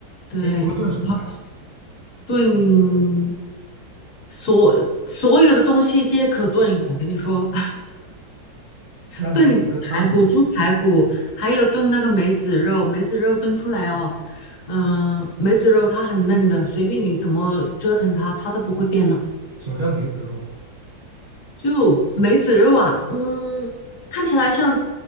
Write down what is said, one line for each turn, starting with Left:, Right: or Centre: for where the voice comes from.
Left: 对，
Right: 哎，你会炖什么菜？
Left: 然后炖所所有的东西皆可炖，我跟你说。
Right: 那你得有个汤底。
Left: 炖排骨、猪排骨，还有炖那个梅子肉，梅子肉炖出来哦，嗯，梅子肉它很嫩的，随便你怎么折腾它，它都不会变老。
Right: 什么叫梅子肉
Left: 就梅子肉啊，嗯，看起来像